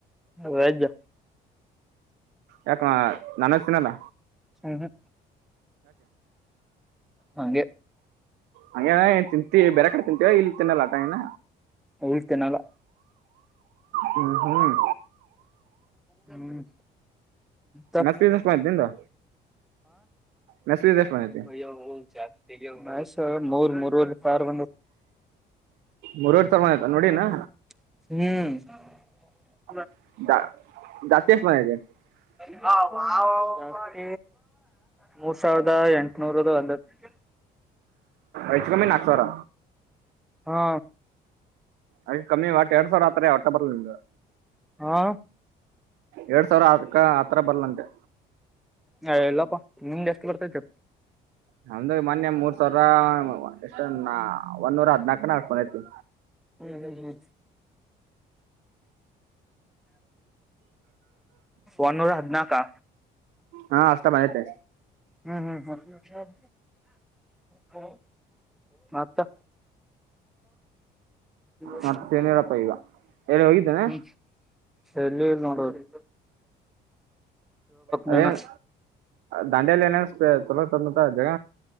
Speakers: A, in the centre; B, on the right (about 80°).
A: ವೆಜ್
B: ಯಾಕ ನೋನ್ ವೆಜ್ ತಿನಲ್ಲ
A: ಹ್ಮ ಹಂಗೆ
B: ಹ ಏನ್ ತಿಂತೀವಿ ಬೇರೆ ಕಡೆ ತಿಂತೀವ ಇಲ್ಲಿ ತಿನ್ನಲ್ಲಾಟ ಏನ
A: ಇಲ್ಲಿ ತಿನಲ್ಲ
B: ಹ್ಮ್ ಹ್ಮ್
A: ಹ್ಮ್ ಹ
B: ಮೆಸ್ ಫೀಸ್ ಎಷ್ಟ್ ಬಂದೈತಿ ನಿಂದು ಮೆಸ್ ಫೀಸ್ ಎಷ್ಟ್ ಬಂದೈತಿ
A: ಅಯ್ಯೋ <unintelligible> ಮೂರ್ ಮೂರವರೆ ಸಾವರ್
B: ಮೂರ್ವರ್ ಸಾವಿಮಯತ ನೋಡಿನಾ
A: ಹ್ಮ್
B: <unintelligible>
A: <unintelligible> ಮೂರ್ ಸಾವಿರದ ಎಂಟನೂರ <unintelligible>
B: ಐಚ ಕಮ್ಮಿ ನಕ್ಸವ್ರ
A: ಹಾ
B: ಅ ಕಮ್ಮಿ ಒಟ್ಟಟ್ ಎರಡ್ ಸಾವಿರ ಆತ್ರ ಹೊಟ್ಟ ಬರ್ಲ್ ನಿಂಬುದು
A: ಹಾ
B: ಎರಡ್ ಸಾವಿರ ಅದಕ್ಕ ಆತರ ಬರ್ಲಲ್ಲ ಅಂದೆ
A: ಹ ಎಲ್ಲಪ್ಪಾ ನಿಮ್ದ ಜಾಸ್ತಿ ಬರ್ತತ್ತು
B: ನಂದು ಮೊನ್ನೆ ಮೂರ್ ಸಾವಿರ ಎಷ್ಟ ಒಂದ್ನೋರ ಹದ್ನಾಕ್ ಏನ ಅಷ್ಟ್ ಬಂದೈತಿ
A: ಹು ಹು ಹು ಒನ್ನೂರ ಹದಿನಾಕಾ
B: ಹಾ ಅಷ್ಟ ಬಂದೈತಿ
A: ಹ್ಮ್ ಹ್ಮ್ ಹ್ಮ್ ಮತ್ <unintelligible>
B: ಮತ್ತೇನಿರಪ್ಪ ಈಗ ಎಲ್ಲಿ ಹೋಗಿದ್ದೇನೆ
A: ಹ್ಮ್ ಎಲ್ಲಿ ನೋಡರಿ
B: ಅದೇನ್
A: ನೀನ
B: ದಾಂಡಿಯಲಿ ಏನೇನ್ ಚಲೋ ಐತಿ ಮತ ಜಗ